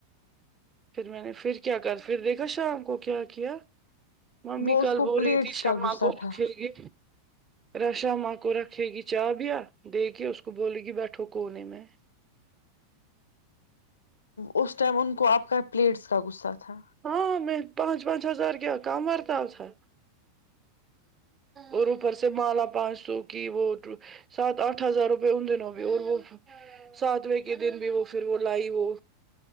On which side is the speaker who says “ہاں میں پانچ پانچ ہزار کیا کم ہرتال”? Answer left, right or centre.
Right